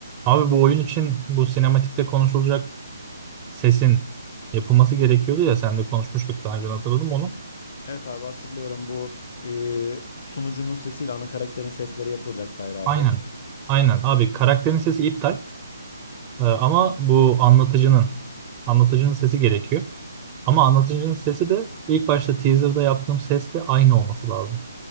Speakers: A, on the right; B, on the left.
A: Abi bu oyun için bu sinematikte konuşulacak sesin yapılması gerekiyordu ya sen de konuşmuştuk daha önce hatırladım onu.
B: Evet abi hatırlıyorum bu e, sunucunun sesiyle ana karakterin sesleri yapılacaktı ayrı ayrı.
A: Aynen. Aynen abi karakterin sesi iptal Ee, ama bu anlatıcının anlatıcının sesi gerekiyor. Ama anlatıcının sesi de ilk başta teaser'da yaptığım sesle aynı olması lazım.